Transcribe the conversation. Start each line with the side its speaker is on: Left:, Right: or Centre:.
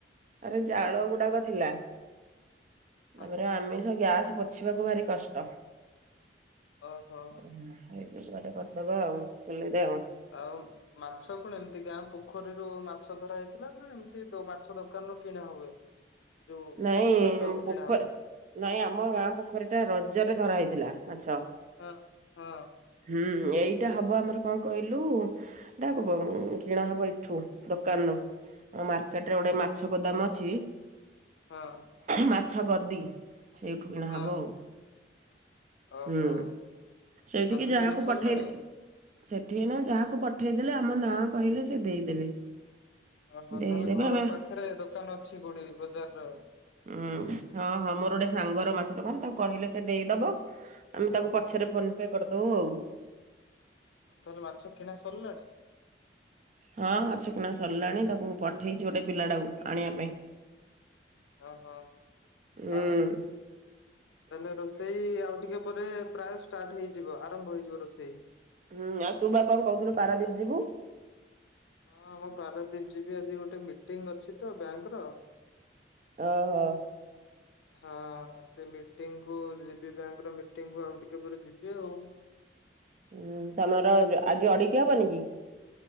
Right: ଆରେ ଜାଳ ଗୁଡାକ ଥିଲା।
Left: ହଁ
Right: ତାପରେ ଆମିଷ ଗ୍ୟାସ ପୋଛିବାକୁ ଭାରି କଷ୍ଟ।
Left: ଓହୋ
Right: ଏଇଟା ଟିକେ କରିଦବା ଆଉ ଚୁଲିରେ
Left: ଆଉ ମାଛ କଣ ଏମିତି ଗାଁ ପୋଖରୀରୁ ମାଛ ଧରା ହେଇଥିଲା ନା ଏମ ସେ ତ ମାଛ ଦୋକାନରୁୁ କିଣା ହୁଏ? ଯୋଉ
Right: ନାଇଁ
Left: ଘାଟ ହବ
Right: ପୋଖରି
Left: କିଣା ହବ
Right: ନାଇଁ ଆମ ଗାଁ ପୋଖରୀଟା ରଜରେ ଧରା ହେଇଥିଲା ମାଛ।
Left: ହଁ ହଁ
Right: ହୁଁ। ଏଇଟା ହବ ଆମର କଣ କହିଲୁ? ଡାକୁ କିଣା ହବ ଏଠୁ ଦୋକାନରୁ ମାର୍କେଟରେ ଗୋଟେ ମା ମାଛ ଗୋଦାମ ଅଛି।
Left: ହଁ।
Right: ମାଛ ଗଦି ସେଇଠୁ କିଣା
Left: ହଁ
Right: ହବ ଆଉ।
Left: ଓହୋ
Right: ହୁଁ। ସେଇଠିକି
Left: ମାଛ
Right: ଯାହାକୁ
Left: କିଣା ସରିଲାଣି
Right: ପଠେଇ- ସେଠି ନା ଯାହାକୁ ପଠେଇଦେଲେ ଆମ ନାଁ କହିଲେ ସେ ଦେଇଦେବେ।
Left: ଓହୋ
Right: ଦେଇଦେବେ
Left: ତାହେଲେ ଘର
Right: ଆମେ
Left: ପାଖରେ ଦୋକାନ ଅଛି କୋଉଠି ବଜାରର।
Right: ଉଁ ହଁ ହଁ ମୋର ଗୋଟେ ସାଙ୍ଗର ମାଛ ଦୋକାନ, ତାକୁ କହିଲେ ସେ ଦେଇଦବ। ଆମେ ତାକୁ ପଛରେ ଫୋନ ପେ କରିଦଉ ଆଉ
Left: ତୋର ମାଛ କିଣା ସରିଲାଣି?
Right: ହଁ ମାଛ କିଣା ସରିଲାଣି ତାକୁ ପଠେଇଛି ଗୋଟେ ପିଲାଟାକୁ ଆଣିବା ପାଇଁ।
Left: ଓହୋ
Right: ହୁଁ
Left: ଆଉ ତାହେଲେ ରୋଷେଇ ଆଉ ଟିକ- ଟିକେ ପରେ ପ୍ରାୟ ଷ୍ଟାର୍ଟ ହେଇଯିବ ଆରମ୍ଭ ହୋଇଯିବ ରୋଷେଇ।
Right: ହୁଁ ଆଉ ତୁ ବା କଣ କହୁଥିଲୁ ପାରାଦୀପ ଯିବୁ?
Left: ହଁ ମୁଁ ପାରାଦ୍ୱୀପ ଯିବି ଆଜି ଗୋଟେ ମିଟିଂ ଅଛି ତ ବ୍ୟାଙ୍କର।
Right: ଓହୋ।
Left: ହଁ ସେ ମିଟିଙ୍ଗକୁ ଯିବି ବ୍ୟାଙ୍କର ମିଟିଙ୍ଗକୁ ଆଉ ଟିକେ ପରେ ଯିବି ଆଉ।
Right: ହୁଁ ତମର ଆଜି ଅଡିଟ ହବନି କି।